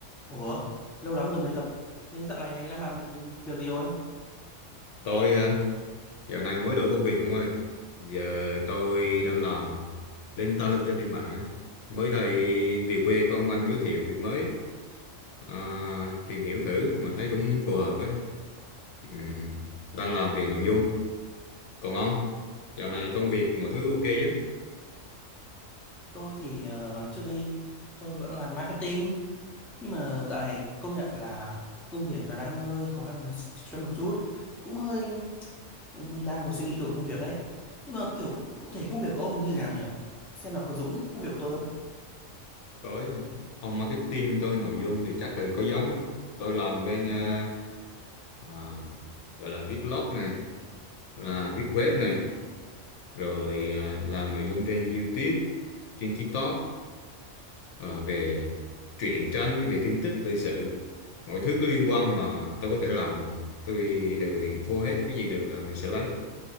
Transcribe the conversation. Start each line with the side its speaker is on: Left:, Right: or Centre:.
Centre: Ủa, lâu lắm rồi mới gặp. Thế dạo này đang làm việc gì rồi?
Left: Tôi ờ, dạo này mới đổi công việc ông ơi. Giờ tôi đang làm lên ta lên tên trên mạng. á. Mới đây về quê có ông anh giới thiệu việc mới. Ờ, tìm hiểu thử mà thấy cũng phù hợp ấy. Ừm, đang làm về nội dung. Còn ông, dạo này công việc mọi thứ ok chứ?
Centre: Tôi thì ờ, trước đây tôi vẫn làm marketing, nhưng mà dạo này công nhận là công việc nó đang hơi khó khăn một cho một chút, cũng hơi cũng đang có suy nghĩ đổi công việc ấy. Nhưng mà kiểu cụ thể công việc của ông nó như thế nào nhỉ? Xem nào có giống công việc của tôi không?
Left: Tôi hả? ông marketing tôi nội dung thì chắc là có giống ấy. Tôi làm bên ờ, à, gọi là viết blog này, là viết web này, rồi à, làm nội dung trên YouTube, trên TikTok ờ, về truyện tranh về tin tức thời sự mọi thứ có liên quan mà tôi có thể làm tôi đều vô hết cái gì được là mình sẽ lấy